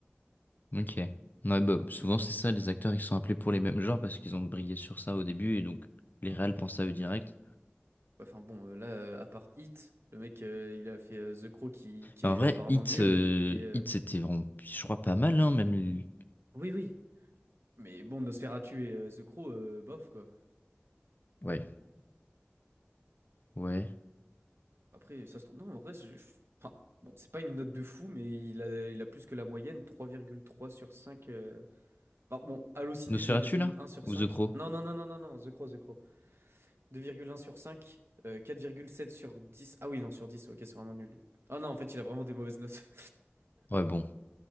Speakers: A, on the left (about 45°); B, on the right (about 80°).
A: Ok. Ouais, bah, souvent,
B: Le mec,
A: c'est
B: ouais,
A: ça, les acteurs, ils sont appelés pour les mêmes genres parce qu'ils ont brillé sur ça au début et donc les réals pensent à eux direct.
B: enfin bon, euh, là, euh, à part Hit, le mec euh, il a fait euh, The Crow qui, qui
A: Mais
B: est
A: en vrai,
B: apparemment
A: Hit,
B: nul.
A: euh,
B: Et euh,
A: Hit, c'était vraiment, je crois, pas mal, hein, même. il-
B: oui, oui. Mais bon, Nosferatu et euh, The Crow, euh, bof quoi.
A: Ouais. Ouais.
B: Après, ça se trouve. Non, en vrai, je- je- enfin, bon, c'est pas une note de fou, mais il a, il a plus que la moyenne, 3,3 sur cinq euh, Enfin, bon, Allociné
A: Nosferatu,
B: 2,1
A: là?
B: sur
A: Ou
B: cinq
A: The Crow?
B: Non, non, non, non, non, non, The Crow, The Crow. deux virgule un sur 5, euh, quatre virgule sept sur dix Ah oui, non, sur dix ok, c'est vraiment nul. Ah non, en fait, il a vraiment des mauvaises notes.
A: Ouais, bon.